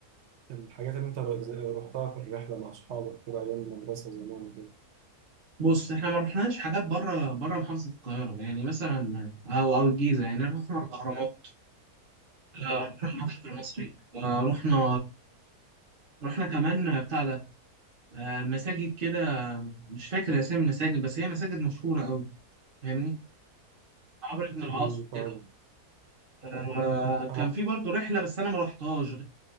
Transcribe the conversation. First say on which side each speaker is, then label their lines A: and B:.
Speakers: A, on the right; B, on the right.
A: الحاجات اللي انت ر- ز- رحتها في الرحله مع اصحابك كده ايام المدرسه زمان كده
B: بص احنا ما رحناش حاجات بره بره محافظة القاهرة يعني مثلا أو أو الجيزة يعني رحنا الأهرامات آه، رحنا المتحف المصري آه، رحنا رحنا كمان بتاع ده آه، مساجد كده مش فاكر أسامي المساجد بس هي مساجد مشهورة أوي فاهمني عمرو بن العاص
A: مم، فاهم
B: كده آه،
A: انا
B: كان في برضه رحلة بس أنا ما رحتهاش